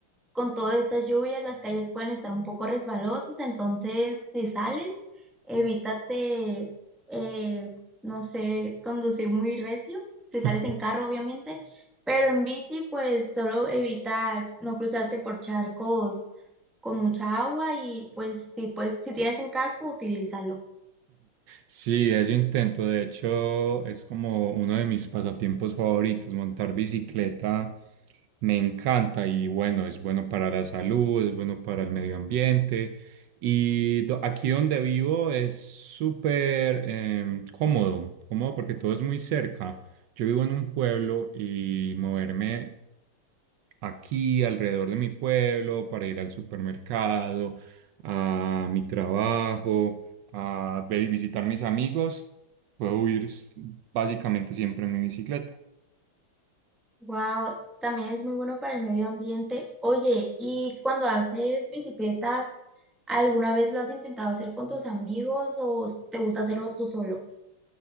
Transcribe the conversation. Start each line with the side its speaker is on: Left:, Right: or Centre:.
Centre: con todas estas lluvias las calles pueden estar un poco resbalosas, entonces si sales, evítate, eh, no sé, conducir muy recio, si sales
Right: <laughs>
Centre: en carro obviamente, pero en bici pues solo evita no cruzarte por charcos con mucha agua y pues si, pues, si tienes un casco, utilízalo.
Right: Sí, eso intento. De hecho, es como uno de mis pasatiempos favoritos. Montar bicicleta me encanta y bueno, es bueno para la salud, es bueno para el medio ambiente. Y do- aquí donde vivo es súper em, cómodo, cómodo porque todo es muy cerca. Yo vivo en un pueblo y moverme aquí alrededor de mi pueblo para ir al supermercado, a mi trabajo, a ver- visitar mis amigos, puedo ir s- básicamente siempre en mi bicicleta.
Centre: Wow, también es muy bueno para el medio ambiente. Oye, ¿y cuando haces bicicleta, alguna vez lo has intentado hacer con tus amigos o s- te gusta hacerlo tú solo?